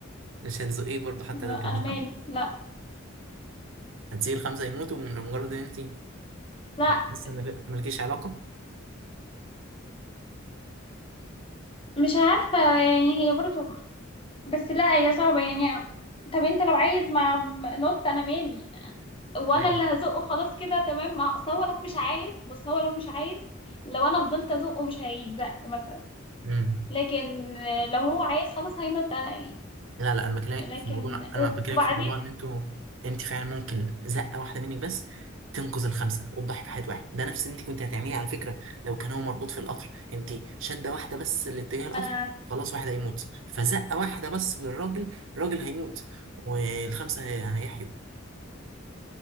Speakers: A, on the right; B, on the left.
A: مش هتزقيه برضه حتى
B: لا
A: لو
B: انا
A: كده صح
B: مالي لا
A: هتسيب الخمسة يموتوا لمجرد ان انت
B: لا
A: لسه مالكيش علاقة
B: مش عارفة يعني هي برضو بس لا هي صعبة يعني طب انت لو عايز مع نوت انا مالي وانا
A: لا
B: اللي هزقه خلاص كده تمام ما اصل هو لو مش عايز بص هو لو مش عايز لو انا فضلت ازقه مش هيتزق مثلا
A: ايه
B: لكن لو هو عايز خلاص هينط انا
A: لا لا انا بكلمك
B: لكن
A: في موضوع انا بكلمك
B: وبعدين
A: في موضوع ان انتوا انت فعلا ممكن زقه واحده منك بس تنقذ الخمسه وتضحي بحياه واحد ده نفس اللي انت كنت هتعمليه على فكره لو كان هو مربوط في القطر انت شده واحده بس لاتجاه القطر
B: ما انا عارفة.
A: خلاص واحد هيموت فزقه واحده بس للراجل الراجل هيموت والخمسه هي- هيحيوا